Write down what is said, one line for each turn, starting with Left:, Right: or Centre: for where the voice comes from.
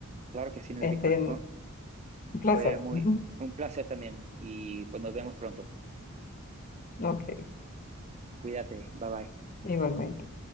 Right: Claro que sí, el
Left: Este,
Right: Big Mac. Fue
Left: un placer.
Right: fue muy
Left: <laughs>
Right: un placer también. Y pues nos vemos pronto.
Left: Ok,
Right: Cuídate. Bye bye.
Left: igualmente.